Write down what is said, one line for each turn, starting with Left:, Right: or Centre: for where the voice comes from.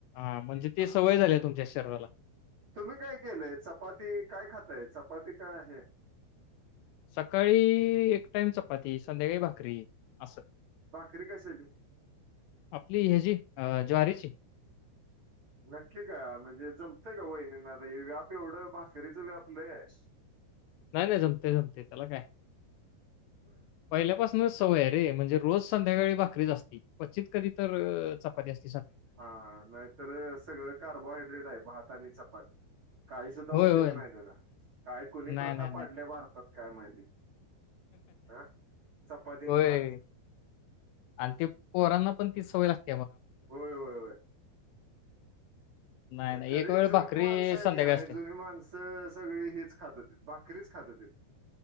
Left: हां म्हजे
Right: हा
Left: ते सवय झालीया तुमच्या शरीराला.
Right: तुम्ही काय केलंय चपाती काय खाताय चपाती काय हे?
Left: सकाळी एक टाइम चपाती. संध्याकाळी भाकरी असं.
Right: भाकरी कशाची
Left: आपली ह्याजी ज्वारीची <inaudible>
Right: नक्की का म्हणजे जमतय का वहिणींना आता व्याप एवढं भाकरीच व्याप लय आहे
Left: नाही नाही जमते जमते त्याला काय
Right: बर बर
Left: पहिल्यापासूनच सवय आहे रे म्हणजे रोज संध्याकाळी भाकरी च आसते क्वचित कधी तर चपाती असते
Right: हा हा नाहीतर सगळं कार्बोहायड्रेट आहे भात आणि चपाती काही सुद्धा
Left: होय,
Right: उपयोग
Left: होय.
Right: नाही त्याचा काय कुणी
Left: नाही,
Right: प्रथा
Left: नाही,
Right: पाडल्या
Left: नाही.
Right: भारतात काय माहिती हा चपातीन
Left: होय
Right: भात
Left: आणि ते पोरना पण ती सवय लागत्या.
Right: होय- होय- होय
Left: नाही, नाही.
Right: खरी
Left: एक वेळ
Right: जुनी
Left: भाकरी
Right: माणसं आहेत
Left: संध्याकाळी
Right: कणाय नाही
Left: असते.
Right: जुनी माणसं सगळी हीच खात होतीत भाकरीच खात होतीत.